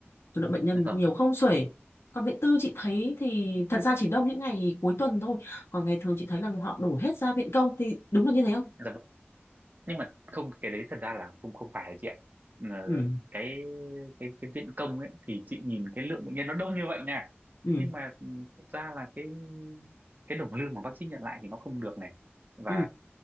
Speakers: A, on the left (about 70°); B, on the right (about 45°).
A: Số lượng bệnh nhân
B: dạ
A: nó
B: vâng
A: nhiều không xuể. Còn viện tư chị thấy thì thật ra chỉ đông những ngày cuối tuần thôi. Còn ngày thường chị thấy là họ đổ hết ra viện công thì đúng là như thế không?
B: dạ vâng. nhưng mà không cái đấy thật ra là không không phải chị ạ Ờ,
A: Ừ,
B: cái cái cái viện công ấy thì chị nhìn cái lượng bệnh nhân nó đông như vậy nè
A: ừ,
B: nhưng mà ừ, thật ra là cái cái đồng lương mà bác sĩ nhận lại thì nó không được này và
A: ừ,